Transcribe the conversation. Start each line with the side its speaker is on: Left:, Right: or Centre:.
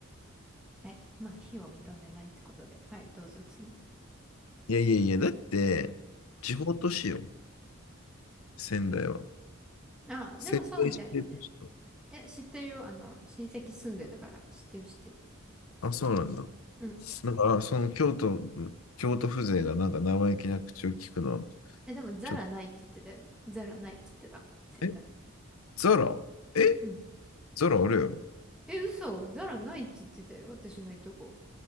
Centre: はい。まあ、非を認めないってことで。はい、どうぞ次。
Left: いやいやいや、だって、地方都市よ。仙台は。
Centre: ああ、
Left: 仙台市で都市
Centre: でもそうみたいだね。え、知ってるよ。あの、親戚住んでたから。知ってる知ってる。
Left: あ、そうなんだ。
Centre: うん。
Left: なんか、あその京都、京都風情がなんか生意気な口を聞くのは、
Centre: え、でもザラないって言ってたよ。
Left: ちょっと、
Centre: ザラないって言ってた。仙台。
Left: え、ザラえ、
Centre: うん。
Left: ザラあるやろ
Centre: え、嘘。ザラないって言ってたよ。私のいとこ。